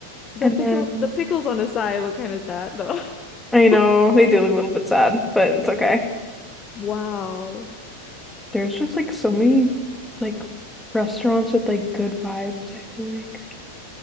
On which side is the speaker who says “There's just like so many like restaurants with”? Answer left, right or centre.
Centre